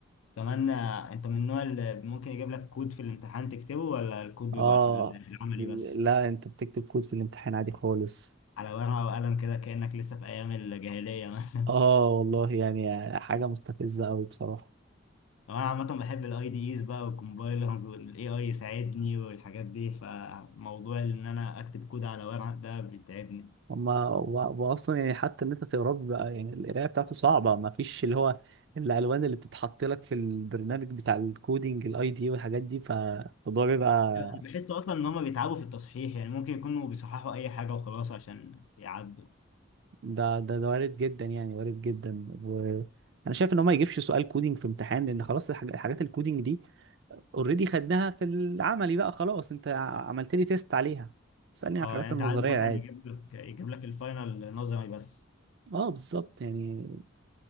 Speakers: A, on the left; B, on the right.
A: كمان آه، انت من النوع اللي ممكن يجيب لك كود في الامتحان تكتبه ولا الكود بيبقى
B: اه
A: في ال- في العملي بس
B: لا انت بتكتب كود في الامتحان عادي خالص
A: على ورقة وقلم كده كأنك لسه في ايام الجاهلية مثلا
B: اه والله يعني حاجة مستفزة قوي بصراحة
A: <laughs> انا عامة بحب الاي دي ايز بقى والكومبايلرز والاي اي يساعدني والحاجات دي فموضوع ان انا اكتب كود على ورق ده بيتعبني
B: هما و- واصلا يعني حتى ان انت تقراه بقى يعني القرايه بتاعته صعبه ما فيش اللي هو الالوان اللي بتتحط لك في البرنامج بتاع الكودينج الاي دي والحاجات دي فالموضوع بيبقى
A: انا بحس اصلا ان هما بيتعبوا في التصحيح يعني ممكن يكونوا بيصححوا اي حاجة وخلاص عشان يعدوا
B: ده ده ده وارد جدا يعني وارد جدا وانا شايف ان هو ما يجيبش سؤال كودينج في امتحان لان خلاص الحاج- الحاجات الكودينج دي اوريدي خدناها في العملي بقى خلاص انت ع- عملت لي تيست عليها اسالني على
A: اه
B: الحاجات
A: يعني
B: النظريه
A: انت عايزه مثلا
B: عادي
A: يجيب لك يجيب لك الفاينل نظري بس
B: اه بالظبط يعني